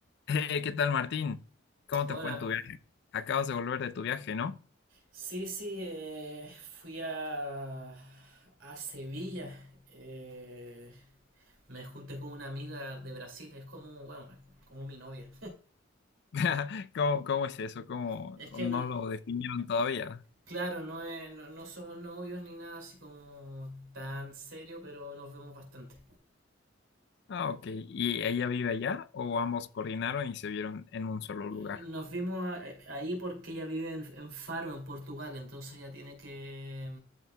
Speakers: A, on the left (about 60°); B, on the right (about 85°).
A: Hey, ¿qué tal, Martín? ¿Cómo
B: Hola,
A: te fue en tu viaje? Acabas de volver de tu viaje, ¿no?
B: Sí, sí, eh, fui a, a Sevilla. eh, me junté con una amiga de Brasil, es como, bueno, como mi novia.
A: <laughs> ¿Cómo, cómo es eso? ¿Cómo
B: <laughs> es que
A: no
B: no,
A: lo definieron todavía?
B: Claro, no, es- no, no somos novios ni nada así como tan serio, pero nos vemos bastante.
A: Ah, ok. ¿Y ella vive allá o ambos coordinaron y se vieron en un solo lugar?
B: Nos vimos a- ahí porque ella vive en, en Faro, en Portugal, entonces ella tiene que,